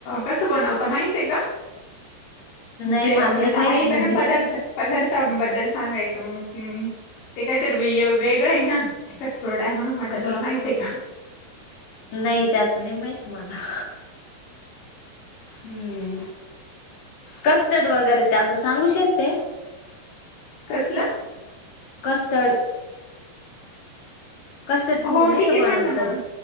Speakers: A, on the left; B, on the left.
A: कसं बनवता माहित आहे का? म्हणजे
B: नाही मला
A: याता
B: नाही माहिती
A: आहे पण
B: मम्मीलाच
A: ना पदार्थ
B: माहित
A: पदार तम बद्दल सांगायचं मंग ते काहीतर वेय वेगळं आहे ना. कटकुरडाय म्हणून म्हटलं
B: हा
A: तुला
B: हा
A: माहितय का?
B: नाही त्याचं नाही माहित मला. हम्म कस्तड वगैरे त्याच सांगू शकते.
A: कसलं
B: कस्टड. कस्टर्ड
A: हो
B: पूड नाही
A: ठीक
B: काय
A: आहे
B: बनवतात.
A: सांग ना मग